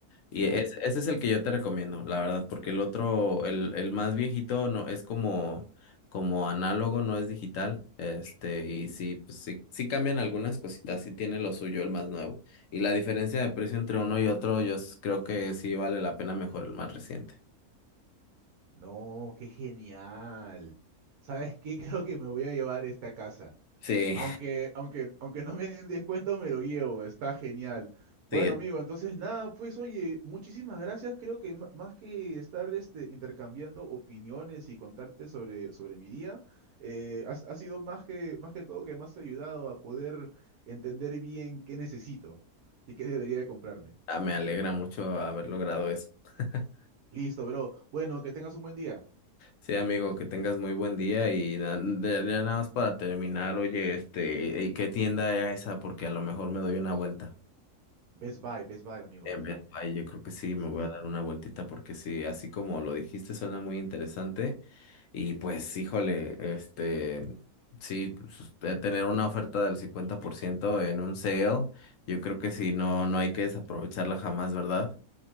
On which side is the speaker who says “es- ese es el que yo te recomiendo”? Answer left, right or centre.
Left